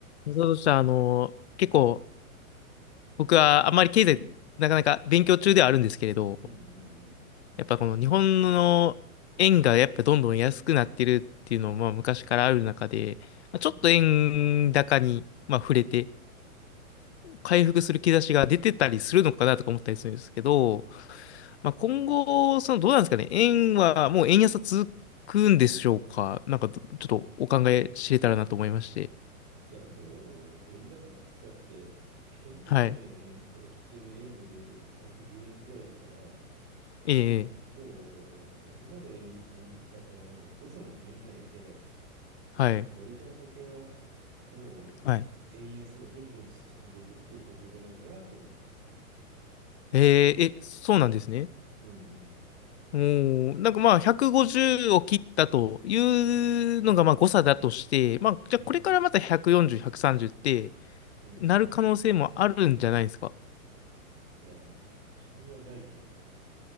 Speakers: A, on the left; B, on the right.
A: そうそうしたら、あの、結構、僕はあんまり経済、なかなか勉強中ではあるんですけれど、
B: うんうん
A: やっぱこの日本の円がやっぱどんどん安くなってるっていうのも、まあ昔からある中で、
B: うん
A: まあ、ちょっと円高に、
B: うんうん
A: まあ、触れて、回復する兆しが出てたりするのかなとか思ったりするんですけど、まあ、今後、そのどうなんですかね、円はもう円安は続くんでしょうか、なんかどちょっとお考え知れたらなと思いまして。
B: いや、もう円高って言ったって、一昔前の円、
A: はい。
B: えー普通の円のレートって110円ぐらいだから、
A: ええ、
B: もう今の円、円高はもう誤差の範囲内で、
A: はい。
B: これから先はもう円安がどんどん進んでいくっていう方向じゃないかなと思ってる。
A: はい。えーえ、そうなんですね。
B: うんうん
A: おー、なんかまあ150を切ったというのがまあ誤差だとして、
B: うん
A: まあじゃあこれからまた140、
B: うん
A: 130って
B: うんうんうん
A: なる可能性もあるんじゃないですか。
B: いや、自分はないと思う。